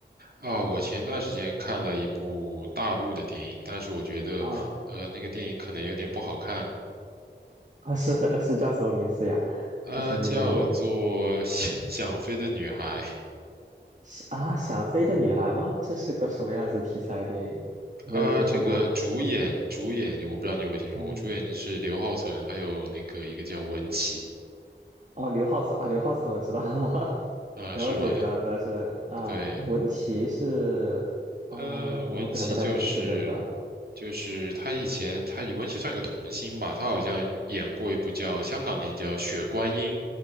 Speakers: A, on the right; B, on the right.
A: 啊，我前段时间看了一部大陆的电影，但是我觉得，
B: 啊
A: 呃，那个电影可能有点不好看，
B: 啊，是是叫什么名字呀？
A: 呃，
B: 叫什么名字电影？
A: 叫做《<laughs> 想想飞的女孩》
B: 是啊，想飞的女孩吗？这是个什么样子题材的电影？没有听说过诶。
A: 啊，这个主演主演我不知道你有没有听说过，
B: 嗯，
A: 主演是刘浩存，还有那个一个叫文淇，
B: 哦，刘浩存啊，刘浩存我知道，<laughs>
A: 啊，
B: 了解到，
A: 是吧？
B: 但是啊，
A: 对，
B: 那文琪是啊，
A: 呃，文琪就是
B: 我可能不太清楚这个
A: 就是他以前他文琪算一个童星吧，他好像演过一部叫香港电影叫《雪观音》，